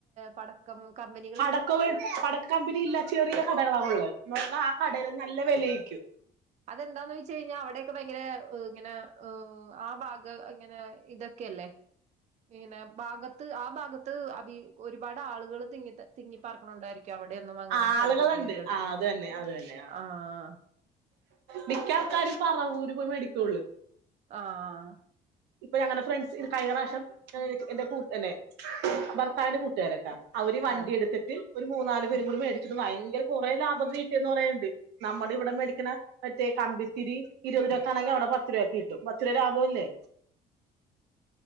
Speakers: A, on the right; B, on the right.
A: പടക്ക് ക്കം കമ്പനി
B: അടക്കവ്യേ പടക്ക കമ്പിനിയില്ല ചെറിയ കടകളാണ് ഉള്ളത് ഇന്നാ ആ കടേലെന്നെ നല്ല വെലേര്ക്കും
A: അതെന്താന്ന് വെയിച്ച് കഴിഞ്ഞാ അവിടെയെക്കെ ഭയങ്കര ഹ് ഇങ്ങനെ ഹ് ഭാഗം ഇങ്ങനെ ഇത് ഇതൊക്കെയല്ലേ പിന്നെ ഭാഗത്ത് ആ ഭാഗത്ത് അബീ ഒരുപാട് ആള്കള് തിങ്ങിത തിങ്ങിപ്പാർക്ക്ണോണ്ടായിരിക്കാംഅവെടെയൊന്നും അങ്ങനെ
B: ആളുകളുണ്ട്
A: പടക്ക കമ്പിനികളില്ല
B: ആ അത് തന്നെ അത് തന്നെ ആ
A: ആഹ്
B: മിക്ക ആൾക്കാരും പറവൂര് പോയി മേടിക്കൊള്ള്
A: ആഹ്
B: ഇപ്പ ഞങ്ങടെ ഫ്രണ്ട്സ് ഇത് കഴിഞ്ഞ പ്രാശ്യം ഹ് എന്റെ കൂട്ട് എന്നെ ഭർത്താവിന്റെ കൂട്ടേരൻ ട്ടാ അവര് വണ്ടി
A: ആഹ്
B: എട്ത്തിട്ട് ഒരു മൂന്നാല്
A: ആഹ്
B: പേരും കൂടി മേടിച്ചിട്ട് ഭയങ്കര കുറെ ലാഭത്തിന് കീട്ടിയന്ന് പറയണ്ട് നമ്മടെ ഇവെടെ മേടിക്ക്ണെ എര് ത്തേ കമ്പിത്തിരി ഇരുവത് രൂപക്ക് ആണെങ്ക അവെടെ പത്ത് രൂപക്ക് കിട്ടും പത്ത് രൂപ ലാഭം അല്ലേ